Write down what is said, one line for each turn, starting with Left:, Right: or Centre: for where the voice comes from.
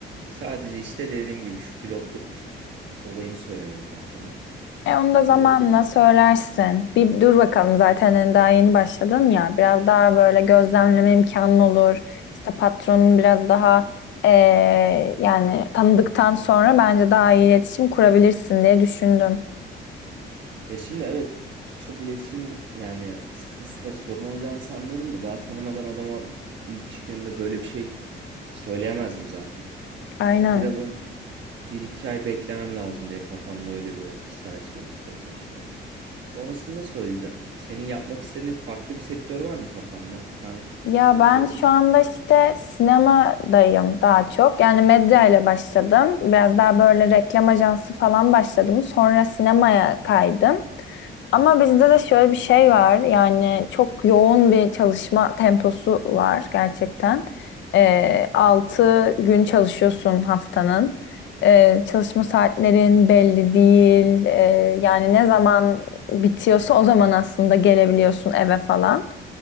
Right: Sadece işte dediğim gibi şu pilotluk olayını söylemedim patrona.
Left: E onu
Right: E,
Left: da
Right: onun
Left: zamanla
Right: da-
Left: söylersin. Bir dur bakalım zaten hani daha yeni başladın ya. Biraz daha böyle gözlemleme imkanın olur. İşte patronun biraz daha e, yani tanıdıktan sonra bence daha iyi iletişim kurabilirsin diye düşündüm.
Right: ya şimdi evet ç- çok iletişimin yani sıkıntısı da sorun olacağını sanmıyorum da daha tanımadan adama ilk iş günümde böyle bir şey söyleyemezdim zaten.
Left: Aynen.
Right: E, biraz on bir iki ay beklemem lazım diye kafamda öyle bir sayaç geliştirdim işte. Sonrasında söyleyeceğim. Senin yapmak istediğin farklı bir sektör var mı kafanda? Ben
Left: Ya
Right: e,
Left: ben
Right: pilotluk
Left: şu anda işte sinemadayım daha çok. Yani medya ile başladım. Biraz daha böyle reklam ajansı falan başladım. Sonra sinemaya kaydım. Ama bizde de şöyle bir şey var. Yani çok yoğun bir çalışma temposu var gerçekten. Ee, 6 gün çalışıyorsun haftanın. Ee, çalışma saatlerin belli değil. Ee, yani ne zaman bitiyorsa o zaman aslında gelebiliyorsun eve falan.